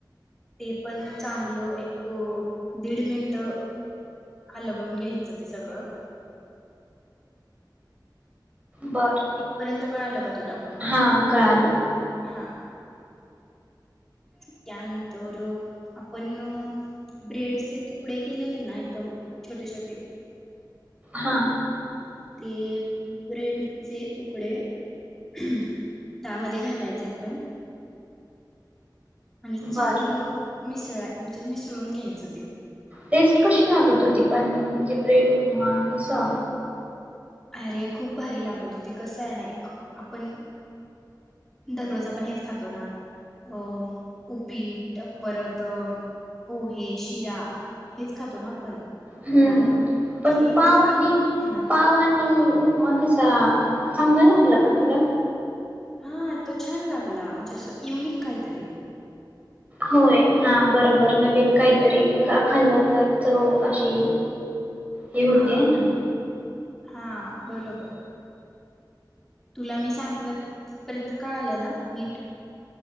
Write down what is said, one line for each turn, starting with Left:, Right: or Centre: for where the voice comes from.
Centre: ते पण चांगलं एक दीड मिनिट हलवून घ्यायचं ते सगळं
Right: बर
Centre: इथपर्यंत कळालं का तुला?
Right: हा कळाल
Centre: हा त्यानंतर आपण ब्रेडचे तुकडे केलेले ना एकदम छोटे छोटे
Right: हां
Centre: ते ब्रेडचे तुकडे त्यामध्ये घालायचे आपण आणि चांगलं
Right: बरं
Centre: मिसळा म्हणजे मिसळून घ्यायचं ते
Right: टेस्ट कशी लागत होती पण म्हणजे ब्रेड, उपमा कसा?
Centre: अरे खूप भारी लागत होती कसं आहे ना एक आपण दररोज आपण हेच खातो ना अ उपीट परत पोहे, शिरा हेच खातो ना आपण
Right: हम्म
Centre: मग
Right: पण
Centre: हे
Right: पावानी
Centre: काहीतरी येऊन आहे ना
Right: पावानी उपमा कसा चांगला लागला का तुला?
Centre: हा तो छान लागला म्हणजे असं युनिक काहीतरी
Right: होय हा बरोबर नवीन काय तरी ख खाल्लं तर चव अशी हे होते
Centre: हा
Right: ना
Centre: हा बरोबर तुला मी सांगितलं तिथपर्यंत कळालं ना नीट?